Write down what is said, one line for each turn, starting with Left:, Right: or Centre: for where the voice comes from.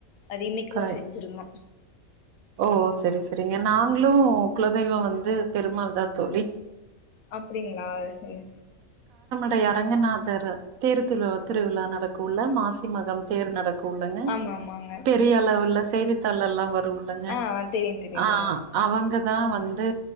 Left: அது இன்னைக்னு
Right: காய்
Left: செஞ்சிருந்தோ.
Right: ஓ செரி செரிங்க நாங்களு குலதெய்வோ வந்து பெருமாள்தா தோழி.
Left: அப்டிங்ளா சேர்
Right: டை அரங்கநாதர் தேரு திரு திருவிழா நடக்குள்ள மாசிமகம் தேரு நடக் கூளங்க.
Left: ஆமா ஆமாங்க
Right: பெரியளவுலச் செ சேதித்தாள்ளல்லா வரு. ளங்க
Left: ஆ தெரியு தெரியு
Right: ஆஹ்
Left: சொல்லுங்க
Right: அ அவங்க தா வந்து